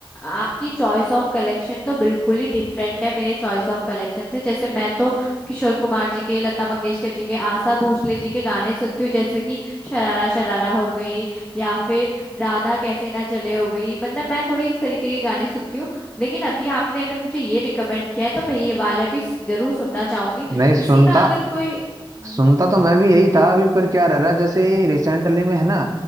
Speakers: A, on the left; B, on the right.
A: आपकी चॉइस ऑफ कलेक्शन तो बिल्कुल ही डिफरेंट है मेरे चॉइस ऑफ कलेक्शन से जैसे मैं तो किशोर कुमार जी के लता मंगेशकर जी के आशा भोसले जी के गाने सुनती हूँ जैसे कि शरारा शरारा हो गई या फिर राधा कैसे ना चले हो गई मतलब मैं थोड़े इस तरीके के गाने सुनती हूँ लेकिन अभी आपने अगर मुझे ये रिकमेंड किया है तो मैं ये वाला भी जरूर सुनना चाहूंगी
B: नहीं
A: इसी
B: सुनता
A: में अगर कोई हम्म
B: सुनता तो मैं भी यही था अभी पर क्या रह रहा है, जैसे रिसेंटली में है ना